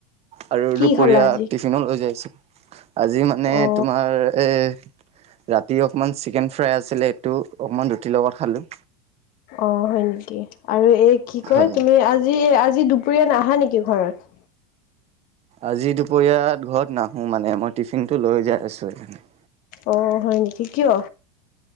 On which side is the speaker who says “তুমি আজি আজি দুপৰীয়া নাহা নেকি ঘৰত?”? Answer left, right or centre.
Left